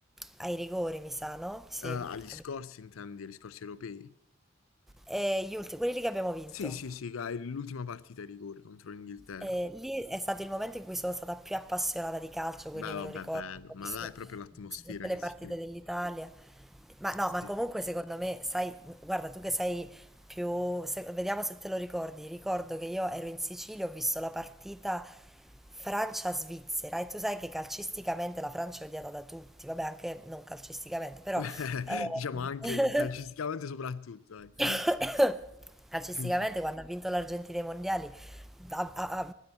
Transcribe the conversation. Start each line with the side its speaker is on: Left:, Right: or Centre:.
Centre: ai rigori, mi sa, no? Sì.
Left: Eh, agli scorsi,
Centre: abbi-
Left: intendi, agli scorsi europei?
Centre: E gli ultimi, quelli lì che abbiamo vinto.
Left: Sì, sì, sì, dai, l'ultima partita ai rigori contro l'Inghilterra.
Centre: E lì è stato il momento in cui sono stata più appassionata di calcio,
Left: Beh,
Centre: quindi
Left: vabbè,
Centre: me lo ricordo.
Left: bello,
Centre: Ho
Left: ma
Centre: visto,
Left: là è
Centre: ho
Left: proprio l'atmosfera
Centre: visto tutte
Left: che
Centre: le
Left: si
Centre: partite
Left: crea.
Centre: dell'Italia. Ma no,
Left: Sì,
Centre: ma comunque
Left: sì.
Centre: secondo me, sai, guarda, tu che sei più... se- vediamo se te lo ricordi. Ricordo che io ero in Sicilia, ho visto la partita Francia-Svizzera e tu sai che calcisticamente la Francia è odiata da tutti, vabbè, anche non calcisticamente, però...
Left: <laughs>
Centre: eh,
Left: Diciamo anche calcisticamente soprattutto, ecco.
Centre: <laughs> <coughs> calcisticamente
Left: Sì, sì.
Centre: quando ha vinto l'Argentina ai mondiali ha, ha- ha